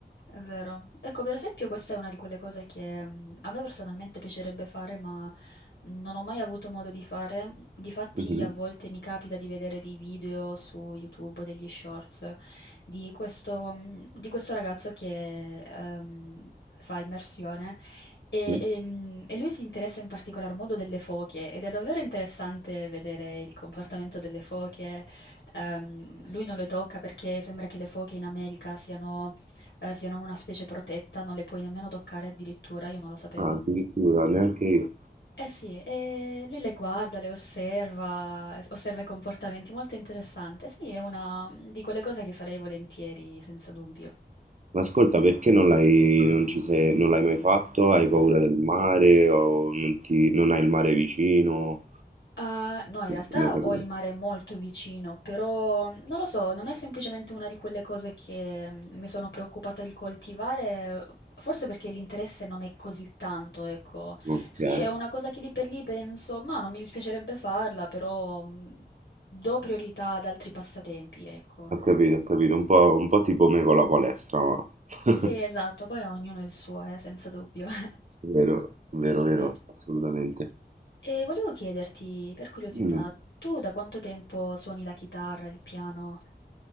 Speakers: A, on the left; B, on the right.
A: È vero. Ecco, per esempio, questa è una di quelle cose che mm, a me personalmente piacerebbe fare, ma non ho mai avuto modo di fare. Difatti,
B: Mhm,
A: a volte mi capita di vedere dei video su YouTube, degli shorts di questo, mm, di questo ragazzo che ehm, fa immersione e,
B: mhm.
A: e, mm, e lui si interessa in particolar modo delle foche ed è davvero interessante vedere il comportamento delle foche. Ehm, lui non le tocca perché sembra che le foche in America siano eh, siano una specie protetta, non le puoi nemmeno toccare addirittura, io non lo sapevo.
B: Ah, addirittura, neanche io.
A: Eh sì, e lui le guarda, le osserva, eh, osserva i comportamenti, molto interessante. Sì, è una mm, di quelle cose che farei volentieri, senza dubbio.
B: Ma ascolta, perché non l'hai non ci sei, non l'hai mai fatto? Hai paura del mare o non ti, non hai il mare vicino?
A: Ah, no, in
B: Non
A: realtà
B: ti ho mai capito.
A: ho il mare molto vicino, però mhmm, non lo so, non è semplicemente una di quelle cose che mm, mi sono preoccupata di coltivare, forse perché l'interesse non è così tanto, ecco.
B: Non ti
A: Sì,
B: sei.
A: è una cosa che lì per lì penso, ma non mi dispiacerebbe farla, però mm, do priorità ad altri passatempi, ecco.
B: Ho capito, ho capito. Un po', un po' tipo me con la palestra, ma... <laughs>
A: Sì, esatto, poi a ognuno il suo, eh, senza dubbio. <laughs>
B: Vero, vero,
A: Sì.
B: vero, assolutamente.
A: E volevo chiederti, per curiosità,
B: Mm.
A: tu da quanto tempo suoni la chitarra, il piano?